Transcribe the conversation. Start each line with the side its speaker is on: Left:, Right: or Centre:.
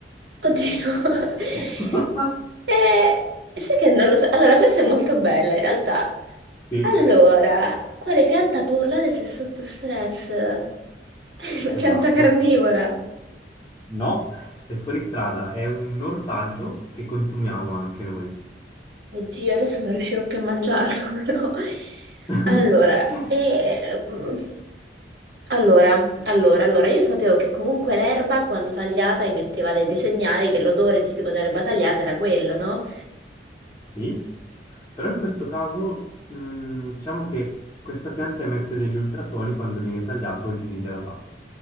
Right: Oddio. <laughs>
Left: <laughs>
Right: Eh, sai che non lo so. Allora, questa è molto bella in realtà.
Left: Sì,
Right: Allora, quale pianta può urlare se è sotto stress? <laughs> La
Left: esatto.
Right: pianta carnivora.
Left: No, sei fuori strada, è un ortaggio che consumiamo anche noi.
Right: Oddio, adesso non riuscirò più a mangiarlo, <laughs> però.
Left: <laughs>
Right: Allora, eh, mm, allora, allora, allora, io sapevo che comunque l'erba quando tagliata emetteva dei, dei segnali che l'odore tipico dell'erba tagliata era quello, no?
Left: Sì, però in questo caso mh, diciamo che questa pianta emette degli ultrasuoni quando viene tagliato o disidratato.